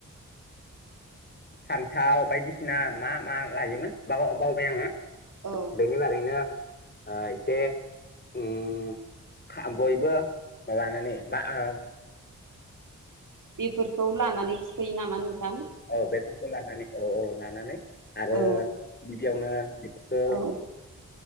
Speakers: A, on the left; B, on the right.
A: फान्थाव बायदिसिना मा मा लायोमोन बाव-बावबाय आङो।
B: औ
A: बेनि बागैनो ओ एसे उम बयबो लानानै बा ओ
B: बेफोरखौ लानानै थुखैयो नामा नोंथां
A: औ बेफोरखौ लानानै औ औ लानानै आरो
B: औ
A: गिबियावनो बेफोरखौ
B: औ।